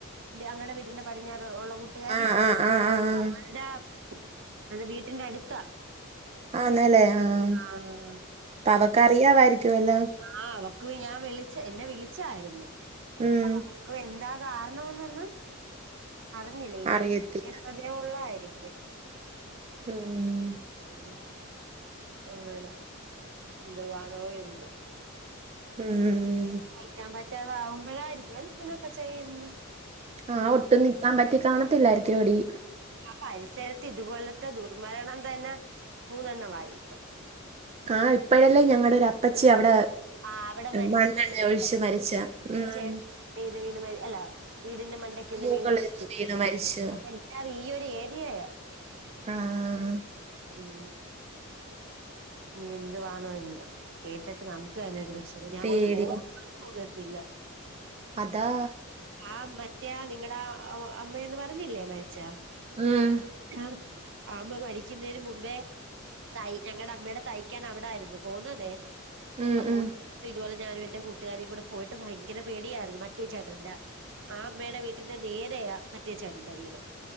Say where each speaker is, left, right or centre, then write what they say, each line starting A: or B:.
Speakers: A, on the right; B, on the right.
A: ഞങ്ങടെ വീട്ടിന്റെ പടിഞ്ഞാറ് ഉള്ള കൂട്ടുകാരി
B: ആഹ് ആഹ് ആഹ് ആഹ് ആഹ്
A: അവള്ടെ വീട്ടിന്റെ അടുത്താ
B: ആന്നല്ലേ ആഹ്
A: ആഹ്
B: അപ്പൊ അവക്ക് അറിയാവായിരിക്കും അല്ലോ
A: ആഹ് അവക്ക് ഞാൻ വിളിച്ച എന്നെ വിളിച്ചായിരുന്നു
B: ഉം
A: അപ്പൊ അവക്കും എന്താ കാരണംന്നൊന്നും അറിഞ്ഞില്ല ഇനിപ്പോ
B: അറിയത്തില്ല
A: <unintelligible> ഇതേ ഉള്ള ആയിരിക്കും
B: ഉം
A: ഉം അങ്ങനാ ന്തുവാണോ എന്തോ
B: ഉം
A: സയ്ക്കാൻ പറ്റാതാവുമ്പഴായിരിക്കും അല്ലേ ഇങ്ങെനൊക്കെ ചെയ്യ്ന്ന്
B: ആഹ് ഒട്ടും നിക്കാൻ പറ്റി കാണത്തില്ലായിരിക്കും എടീ
A: ആ പരിസരത്ത് ഇത്പോലത്തെ ദുർമരണം തന്നെ മൂന്നെണ്ണവായിപ്പം
B: ആഹ് ഇപ്പഴല്ലേ ഞങ്ങെടൊരു അപ്പച്ചി അവിടെ
A: ആഹ് അവിടെ മരിച്ച്
B: മണ്ണെണ്ണ
A: മറ്റേ
B: ഒഴിച്ച് മരിച്ച ഉം
A: ചേട്ടൻ മണ്ടേന്ന് വീണ് മ അല്ല വീടിന്റെ മണ്ടയ്ക്ക്ന്ന്
B: മുകളിന്ന്
A: വീണ് മരിച്ചില്ലേ
B: വീണ് മരിച്ചു
A: അതൽ ല്ലാതും ഈ ഒരു ഏരിയയാ
B: ആഹ്
A: ഉം ഇനി എന്തുവാണോ എന്തോ കേട്ടിട്ട് നമുക്ക് തന്നെ ഒരു വെഷ് പിന്നെ അങ്ങോട്ട്
B: പേടിയാ
A: പോവാ <unintelligible> പോന്നത്തില്ല
B: അതാ
A: ആഹ് മറ്റേ ആ നിങ്ങടെ ആഹ് അ അമ്മയെന്ന് പറഞ്ഞില്ലേ മരിച്ച
B: ആഹ്
A: ആ അമ്മ മരിക്ക്ന്നേന് മുമ്പേ തൈ ഞങ്ങെടെ അമ്മേടെ തയ്ക്കാൻ അവിടായ്ര്ന്നു പോവ്ന്നതെ
B: ആഹ്
A: അപ്പോ
B: ആഹ്
A: സം ഇതുപോലെ ഞാനും എന്റെ കൂട്ടുകാരിം കൂടെ പോയിട്ട് ഭയെങ്കെരെ പേടിയായ്ര്ന്ന് മറ്റേ ചേട്ടന്റെ ആ അമ്മേടെ വീട്ടിന്റെ നേരെയാ മറ്റേ ചേട്ടെന്റെ വീട്